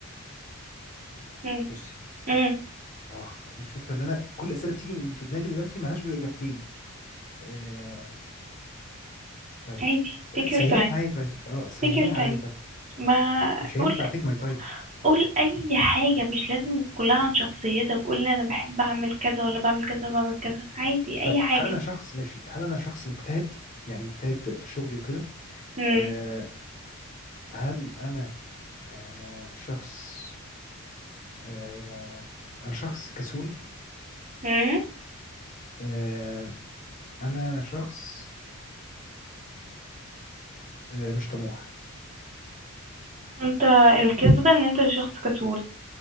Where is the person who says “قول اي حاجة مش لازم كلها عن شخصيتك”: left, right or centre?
Right